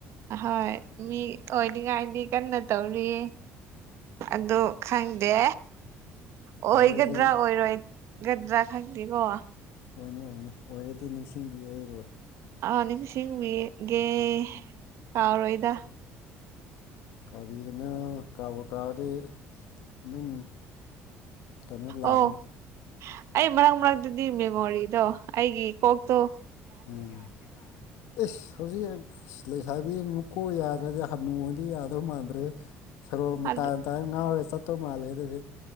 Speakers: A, on the right; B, on the left.
A: ꯑꯍꯣꯏ ꯃꯤ ꯑꯣꯏꯅꯤꯉꯥꯏꯗꯤ ꯀꯟꯅ ꯇꯧꯔꯤꯔꯦ ꯑꯗꯣ ꯈꯪꯗꯦ ꯑꯣꯏꯒꯗ꯭ꯔꯥ
B: ꯑꯣꯏꯔꯗꯤ
A: ꯑꯣꯏꯔꯣꯏꯒꯗ꯭ꯔꯥ ꯈꯪꯗꯦꯀꯣ
B: ꯑꯣꯏꯅꯤ ꯑꯣꯏꯅꯤ ꯑꯣꯏꯔꯗꯤ ꯅꯤꯡꯁꯤꯡꯕꯤꯌꯨ ꯑꯩꯕꯨ
A: ꯑ ꯅꯤꯡꯁꯤꯡꯕꯤꯒꯦ ꯀꯥꯎꯔꯣꯏꯗ
B: ꯀꯥꯎꯕꯤꯒꯅ ꯀꯥꯎꯕꯨ ꯀꯥꯎꯔꯗꯤ ꯑꯗꯨꯝ ꯀꯩꯅꯣ ꯂꯥꯛꯀꯅꯤ
A: ꯑꯣ ꯑꯩ ꯃꯔꯛ ꯃꯔꯛꯇꯗꯤ ꯃꯦꯃꯣꯔꯤꯗꯣ ꯑꯩꯒꯤ ꯀꯣꯛꯇꯣ
B: ꯎꯝ ꯌꯥꯗꯦꯕ ꯏꯁ ꯍꯧꯖꯤꯛ ꯂꯩꯁꯥꯕꯤ ꯃꯨꯀꯣꯛ ꯌꯥꯗ꯭ꯔꯗꯤ ꯍꯟꯅꯨꯔꯗꯤ ꯌꯥꯗꯧ ꯃꯥꯟꯗ꯭ꯔꯦ ꯁꯔꯣꯛ ꯃꯇꯥꯏ
A: ꯑꯗꯨ
B: ꯃꯇꯥꯏ ꯉꯥꯎꯔ ꯆꯠꯇꯧ ꯃꯥꯜꯂꯦ ꯑꯗꯨꯗꯤ